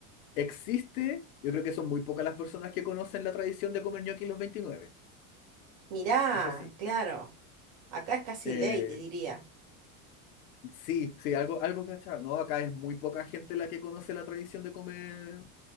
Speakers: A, on the left; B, on the right.
A: existe, yo creo que son muy pocas las personas que conocen la tradición de comer gnocchi los 29.
B: Mirá,
A: Eso sí.
B: claro. Acá es casi
A: Eh,
B: ley, te diría.
A: sí, sí, algo, algo cachado. No, acá es muy poca gente la que conoce la tradición de comer